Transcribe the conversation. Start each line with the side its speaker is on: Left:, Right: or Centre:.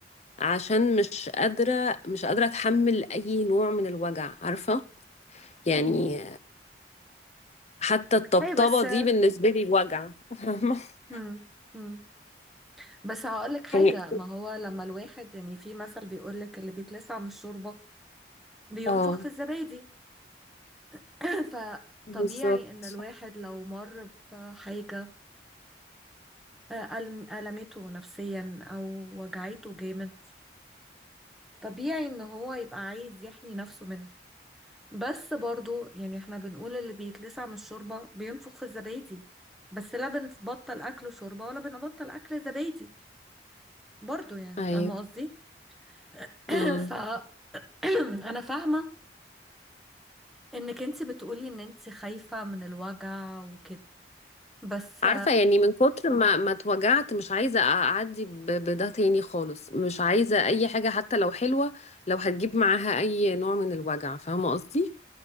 Left: عشان مش قادرة مش قادرة أتحمل أي نوع من الوجع عارفة يعني
Centre: مم.
Left: حتى الطبطبة
Centre: اي بس
Left: دي بالنسبة لي وجع <laughs>
Centre: مم. مم. بس هقولك حاجة
Left: يعني
Centre: ما هو لما الواحد يعني في مثل بيقولك اللي بيتلسع من الشوربة بينفخ
Left: اه
Centre: في الزبادي <coughs> <clears throat> فطبيعي
Left: بالظبط
Centre: ان الواحد لو مر بحاجة آه، ألم- ألمته نفسيا او وجعته جامد طبيعي ان هو يبقى عايز يحمي نفسه منها بس برضو يعني احنا بنقول اللي بيتلسع من الشوربة بينفخ في الزبادي بس لا بنبطل أكل شوربة ولا بنبطل أكل زبادي برضو يعني
Left: ايوه
Centre: فاهمة قصدي؟ <clears throat>
Left: امم
Centre: ف <clears throat> أنا فاهمة إنك انت بتقولي إن انت خايفة من الوجع وكده بس
Left: عارفة يعني من كتر ما ما اتوجعت مش عايزة اعدي ب- بده تاني خالص مش عايزة اي حاجة حتى لو حلوة لو هتجيب معاها اي نوع من الوجع فاهمة قصدي